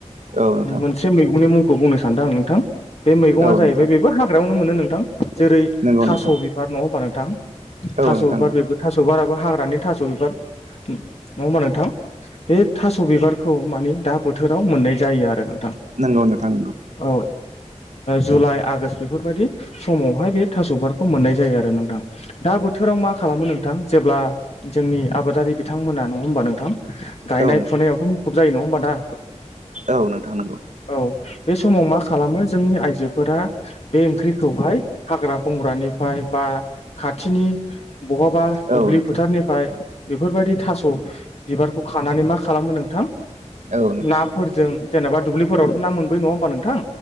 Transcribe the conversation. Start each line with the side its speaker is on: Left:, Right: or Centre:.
Right: औ नोंथां
Left: मोनसे मैगंनि मुंखौ बुंनो सानदों आं नोंथां बे मैगङा
Right: औ
Left: जाहैबाय
Right: नोंथां
Left: बेबो हाग्रायावनो मोनो नोंथां जेरै
Right: नंगौ
Left: थास'
Right: नोंथां
Left: बिबार नङा होमबा नोंथां थास'
Right: औ नोंथां
Left: बिबार
Right: औ
Left: बेबो थास' बिबाराबो हाग्रानि थास' बिबार नङा होमबा नोंथां बे थास' बिबारखौ मानि दा बोथोराव मोननाय जायो आरो नोंथां
Right: नंगौ नोंथां नंगौ
Left: औ जुलाइ आगस्त बेफोरबायाददि समावहाय बे थास' बिबारखौ मोननाय जायो जायो आरो नोंथां दा बोथोराव मा खालामो नोंथां जेब्ला जोंनि आबादारि बिथांमोना नङा होमबा नोंथां गायनाय
Right: औ नोंथां
Left: फुनायावथ' मुखुब जायो नङा होमबा दा
Right: औ नोंथां नंगौ
Left: औ बे समाव मा खालामो जोंनि आइजोफोरा बे ओंख्रिखौहाय हाग्रा बंग्रानिफ्राय बा खाथिनि बहाबा दुब्लि
Right: औ नोंथां
Left: फोथारनिफ्राय बेफोरबायदि थास' बिबारखौ खानानै मा खालामो नोंथां
Right: औ नोंथां
Left: नाफोरजों जेनेबा दुब्लिफोरावथ' ना मोनबोयो नङा होमबा नोंथां